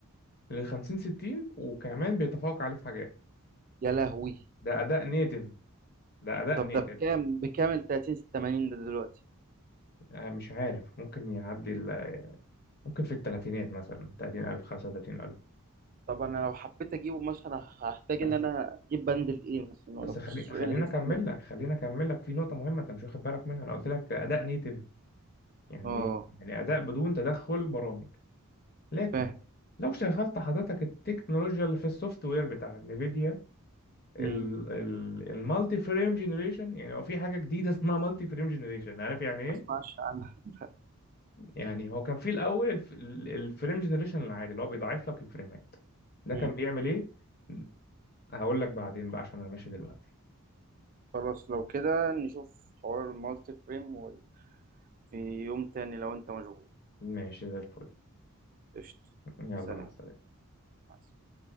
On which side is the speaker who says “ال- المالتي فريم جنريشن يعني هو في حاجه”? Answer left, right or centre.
Left